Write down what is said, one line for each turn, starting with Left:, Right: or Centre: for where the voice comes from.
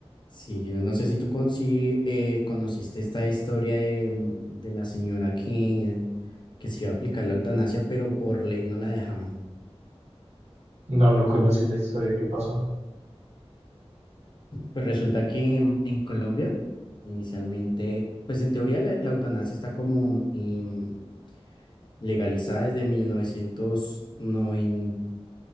Left: Sí, yo no sé si tú con, si, eh, conociste esta historia de, mm, de la señora que, que se iba a aplicar la eutanasia, pero por ley no la dejaban.
Right: No, no conocí la historia que pasó.
Left: Pues resulta que mm, en Colombia, inicialmente, pues en teoría la, la eutanasia está como em, legalizada desde mil novecientos noventa